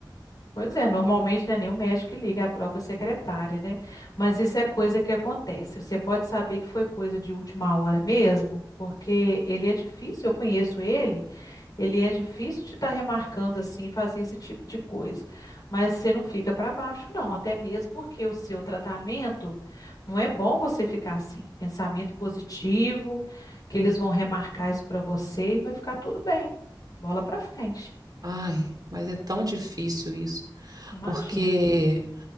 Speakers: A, on the left; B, on the right.
A: Pois é, normalmente não é nem o médico que liga, é a própria secretária, né? Mas isso é coisa que acontece. Você pode saber que foi coisa de última hora mesmo, porque ele é difícil, eu conheço ele, ele é difícil de estar remarcando assim, fazer esse tipo de coisa. Mas você não fica para baixo, não, até mesmo porque o seu tratamento não é bom você ficar assim. Pensamento positivo, que eles vão remarcar isso para você e vai ficar tudo bem. Bola para frente,
B: Ai, mas é tão difícil isso,
A: imagino.
B: porque